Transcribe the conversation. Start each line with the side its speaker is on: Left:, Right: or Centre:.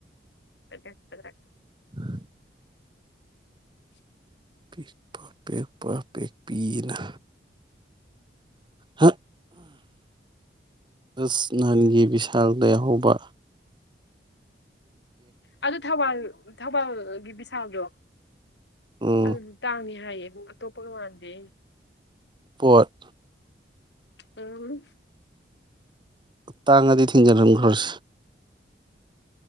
Left: <unintelligible>
Right: ꯎꯝ
Left: <unintelligible>
Right: ꯄꯤꯛ ꯄ ꯄꯤꯛ ꯄ ꯄꯛ ꯄꯤꯅ ꯍ ꯑꯁ ꯅꯍꯥꯟꯒꯤ ꯕꯤꯚꯤꯁꯥꯜꯗ ꯌꯥꯍꯧꯕ
Left: ꯑꯗꯨ ꯊꯧꯕꯥꯜ ꯊꯕꯥꯜ ꯒꯤꯕꯤꯁꯥꯎꯗꯣ
Right: ꯎꯝ
Left: ꯑꯗꯨ ꯇꯥꯡꯉꯦ ꯍꯥꯏꯌꯦꯛꯇꯣ ꯄꯒꯋꯥꯗ
Right: ꯄꯣꯠ
Left: ꯑꯝ
Right: ꯇꯥꯡꯒꯗꯤ ꯊꯤꯡꯖꯔꯝ ꯈꯔ